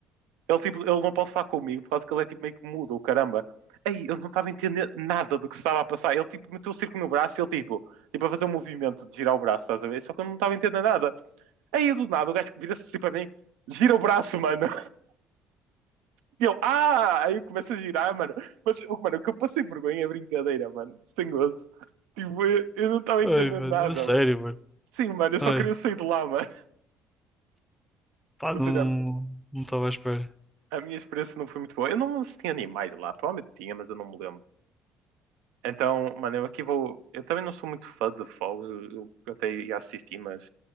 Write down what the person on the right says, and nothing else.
Ele, tipo, ele não pode falar comigo por causa que ele é tipo meio que mudo, o caramba. Aí eu não estava a entender nada do que estava a passar. Ele tipo meteu o circo no braço e ele tipo, tipo a fazer um movimento de girar o braço, estás a ver? Só que eu não estava a entender nada. Aí do nada o gajo vira-se assim para mim, gira o braço, mano. E eu, ah! Aí eu começo a girar, mano. Mas, tipo, mano, o que eu passei vergonha é brincadeira, mano. Sem gozo. Tipo, eu, eu não estava entendendo
nada,
mano.
Sim, mano, eu só
queria sair de lá, mano.
Ou
seja,
a minha experiência não foi muito boa. Eu não lembro se tinha animais lá. Provavelmente tinha, mas eu não me lembro. Então, mano, eu aqui vou. Eu também não sou muito fã de fogos. Eu, eu até ia assistir, mas.